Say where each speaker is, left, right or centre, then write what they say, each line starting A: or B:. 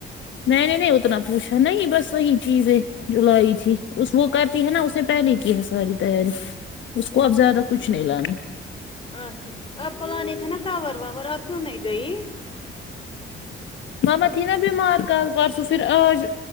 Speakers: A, on the left (about 70°); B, on the left (about 25°).
A: میں نے نی اتنا پوچھا نہیں بس وہی چیز ہے جولائی تھی اس وہ کرتی ہے نا اس سے پہلے کی ہے ساری تیاری اس کو اب زیادہ کچھ نہیں لانے
B: اچا ٹھیک آپ کو لانے تھے نا کور وور آپ کیوں نہیں گئی
A: مما تھی نا بیمار کل پرسو پھر آج